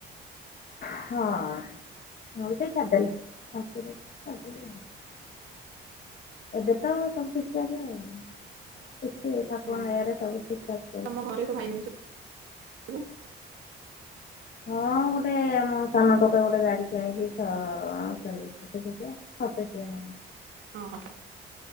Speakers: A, on the left; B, on the right.
A: <inaudible> ଏବେ ତ ସବୁ ଠିକ୍ ଠାକ୍ ଆଉ। ଠାକୁରଙ୍କ
B: ହୁଁ
A: ଦୟାରେ ସବୁ ଠିକ୍ ଠାକ୍ ଚାଲ୍ଚି।
B: <unintelligible> ସବୁ
A: ହଁ, ଗୁଟେ। ଆମ ସାନ ଟୋକା ଗୋଟେ ଗାଡ଼ି କିଣିଚି। ଛଅ ସରି କେତେ ଚକିଆ? ଛଅ ଚକିଆ <inaudible>
B: <inaudible>